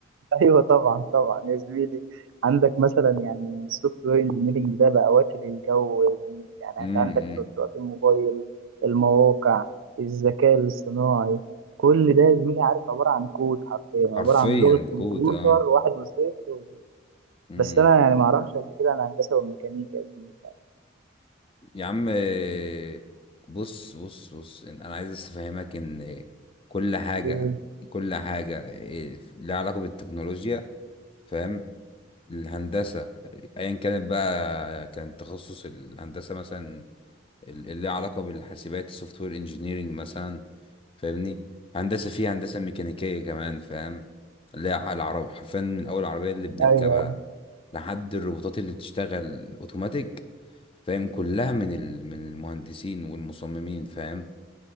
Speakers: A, on the right; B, on the left.
A: ايوه طبعا طبعا يا زميلي عندك مثلا يعني السوفت وير انجينيرنج ده بقى واكل الجو يا زميلي يعني
B: امم
A: انت عندك
B: إمم.
A: تطبيقات الموبايل المواقع الذكاء الاصطناعي كل ده يا زميلي عارف عباره عن كود حرفيا
B: حرفيا
A: عباره عن لغه كمبيوتر
B: كود اه
A: واحد وصفر و...
B: امم
A: بس انا يعني ما اعرفش قد كده عن الهندسه والميكانيكا يا زميلي
B: يا عم آه، بص بص بص إن- انا عايز بس افهمك ان كل حاجه
A: إيه،
B: كل حاجه آه، لها علاقه بالتكنولوجيا فاهم الهندسه ايا كانت بقى كان تخصص الهندسه مثلا اللي ليها علاقة بالحاسبات سوفت وير انجينيرنج مثلا فاهمني هندسة فيها هندسة ميكانيكية كمان فاهم اللي هي العرب حرفيا من أول العربية اللي بنركبها
A: ايوه
B: لحد الروبوتات اللي بتشتغل أوتوماتيك فاهم كلها من ال... من المهندسين والمصممين فاهم